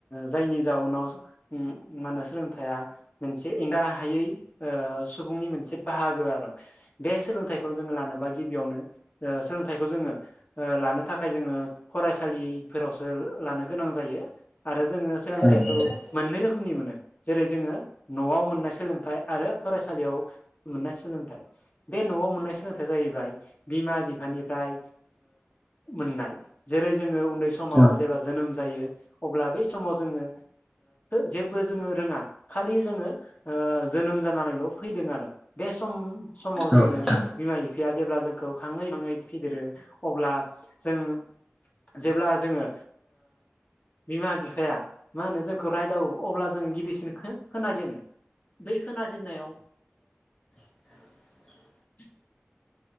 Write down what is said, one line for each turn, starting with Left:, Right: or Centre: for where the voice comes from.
Left: जायनि जाउनाव मा होनो सोलोंथ मोनसे एंगारा हायै सुबुंनि मोनसे बाहागो बे सोलोंथखौ जो लानोबा गिबियावनो सोलोंथखौ जोङो लानो थाखाय जोङो फरायसालिफोरावसो लानो गोनां जायो आरो जोङो सोलोंथखौ
Centre: औ नोंथां
Left: मोननै रोखोमनि मोनो जेरै जोङो न'आव मोननाय सोलोंथाइ आरो फरायसालियाव मोननाय सोलोंथाइ बे न'आव मोननाय सोलोंथायाइया जाहैबाय बिमा बिफानिफ्राय मोननाय जेरै जोङो उन्दै समाव
Centre: औ
Left: जेब्ला जोनोम जायो। अब्ला बै समाव जोङो जेबो जोङो रोङा खालि जोङो जोनोम जानानैल' फैदों आरो बे सम समाव
Centre: औ
Left: जोङो
Centre: नोंथां
Left: बिमा बिफाया जेब्ला जोंखौ खााङै बाङै फेदेरो अब्ला जों जेब्ला जोङो बिमा बिफाया मा होनो जोंखौ रायदावो अब्ला जों गिबिसिन खोनाजेनो। बै खोनाजेन्नायाव ओ
Centre: औ।
Left: <inaudible>